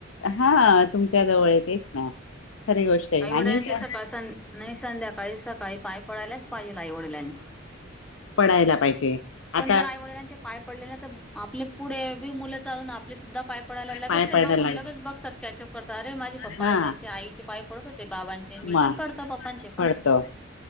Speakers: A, on the left; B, in the centre.
A: हा तुमच्या जवळय तेच ना. खरी गोष्ट आहे
B: आई वडिलांची
A: आणि त्या
B: सकाळी संध्या नाही संध्याकाळी सकाळी पाय पडायलाच पाहिजे आई वडिलां
A: पडायला पाहिजे आ
B: चे आई वडिलांचे पाय पडले तर आपले पुढे बी मुलं चालून आपले सुद्धा पाय पडायला लगेच
A: पाय
B: ते
A: पडायला
B: बघून
A: लागला
B: लगेच बघतात कॅचअप करता अरे माझे पप्पा
A: हा
B: त्यांचे आईचे पाय पडत होते बाबांचे मी
A: म
B: पण पडतो पप्पांचे पाय.
A: पडतो बाबा